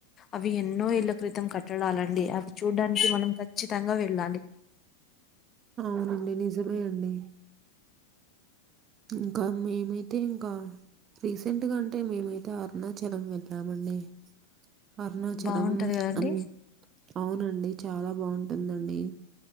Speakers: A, on the left; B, on the right.
A: అవి ఎన్నో ఏళ్ళ క్రితం కట్టడాలండి అవి చూడ్డానికి మనం ఖచ్చి తంగా వెళ్ళాలి
B: అవునండి నిజమే అండి ఇంకా మేమైతే ఇంకా రీసెంట్గా అంటే మేమై తా అరుణాచలం వెళ్లామండి అరుణాచలం
A: బాగుంటది కదండి
B: అం అవునండి చాలా బాగుంటుందండి